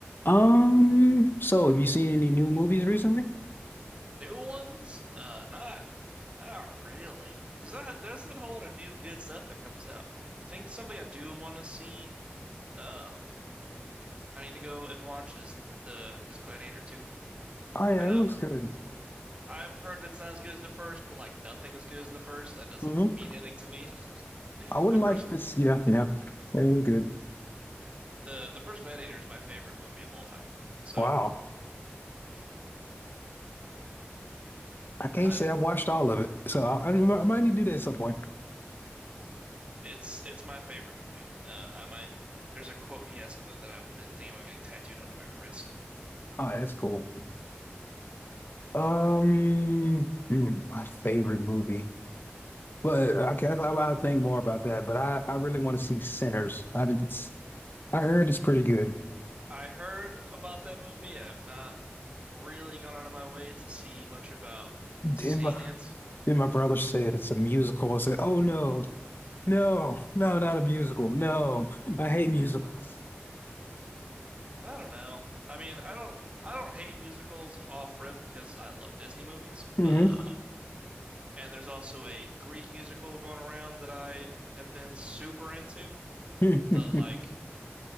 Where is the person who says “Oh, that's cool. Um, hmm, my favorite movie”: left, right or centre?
Left